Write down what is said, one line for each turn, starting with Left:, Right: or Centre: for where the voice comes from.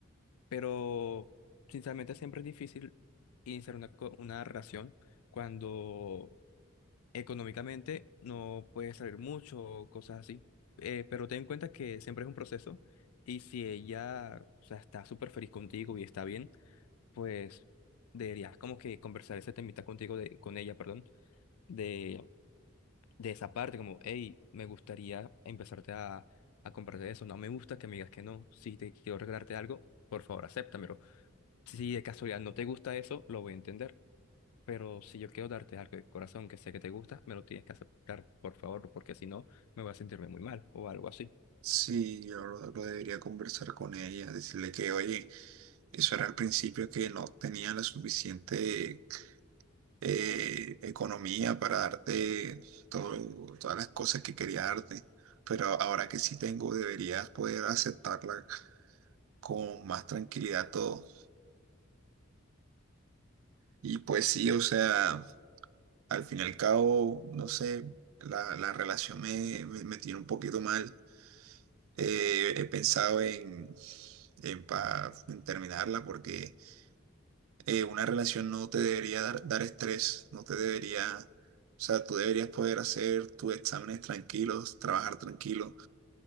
Left: Pero sinceramente siempre es difícil iniciar una, co- una relación cuando económicamente no puede salir mucho o cosas así. Eh, pero ten en cuenta que siempre es un proceso y si ella, o sea, está súper feliz contigo y está bien, pues deberías como que conversar ese temita contigo, de, con ella, perdón, de, de esa parte, como, hey, me gustaría empezarte a, a comprarte eso, no me gusta que me digas que no, si te quiero regalarte algo, por favor, acéptamelo. Si de casualidad no te gusta eso, lo voy a entender. Pero si yo quiero darte algo de corazón que sé que te gusta, me lo tienes que aceptar, por favor, porque si no, me voy a sentirme muy mal o algo así.
Right: Sí, yo lo, lo debería conversar con ella, decirle que, oye, eso era al principio que no tenía la suficiente eh, economía para darte todo- todas las cosas que quería darte, pero ahora que sí tengo, deberías poder aceptarla con más tranquilidad todo. Y pues sí, o sea, al fin y al cabo, no sé, la, la relación me, me, me tiene un poquito mal. Eh, he pensado en, en, pa- en terminarla porque eh, una relación no te debería dar, dar estrés, no te debería, o sea, tú deberías poder hacer tus exámenes tranquilos, trabajar tranquilo